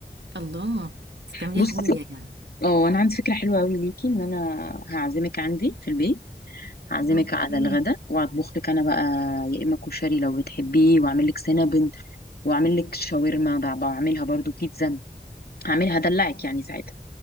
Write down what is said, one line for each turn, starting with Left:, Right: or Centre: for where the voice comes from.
Right: الله بتعمليها
Left: بصي
Right: هوية يعني
Left: اه انا عندي فكره حلوه قوي ليكي ان انا هعزمك عندي في البيت هعزمك
Right: اوكي
Left: على الغدا وهطبخ لك انا بقى يا اما كشري لو بتحبيه واعمل لك سينابن واعمل لك شاورما بع- بعملها برضو بيتزا هعملها هدلعك يعني ساعتها